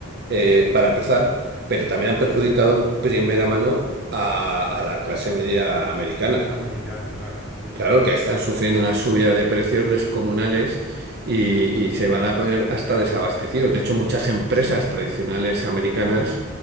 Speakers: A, on the right; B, in the centre.
A: eh, para empezar, pero también han perjudicado en primera mano a, a la clase media americana.
B: Americana, claro, sí, sí,
A: Claro que están sufriendo una subida de precios descomunales y, y se van a poner hasta desabastecidos. De hecho, muchas empresas tradicionales americanas,